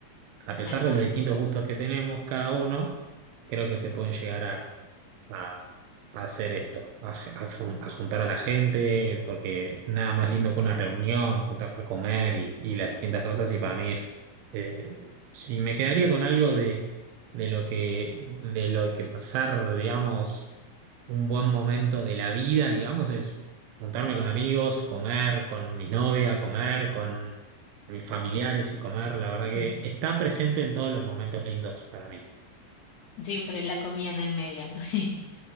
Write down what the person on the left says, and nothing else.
tal
cual.
Ujú.
Siempre la comida en el medio. <laughs>